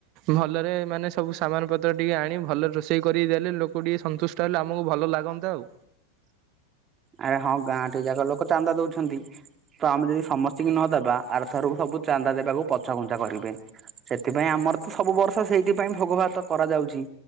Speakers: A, on the right; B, on the right.
A: ଭଲରେ ମାନେ ସବୁ ସମାନ ପତ୍ର ଟିକେ ଆଣି ଭଲରେ ରୋଷେଇ କରି ଦେଲେ ଲୋକ ତୁ ଟିକେ ସନ୍ତୁଷ୍ଟ ହେଲେ ଆମକୁ ଭଲ ଲାଗନନ୍ତା ଆଉ।
B: ଆରେ ହଁ ଗାଁ ଟି ଯାକ ଲୋକ ଚାନ୍ଦା ଦଉଛନ୍ତି। ତ ଆମେ ଯଦି ସମସ୍ତତି କି ନଦବା ଆରଥରକୁ ସବୁ ଚାନ୍ଦା ଦେବାକୁ ପଛା ଘୁଞ୍ଚା କରିବେ। ସେଥିପାଇଁ ଆମର ତ ସବୁ ବର୍ଷ ସେଇଥିପାଇଁ ଭୋଗ ଭାତ କରାଯାଉଛି।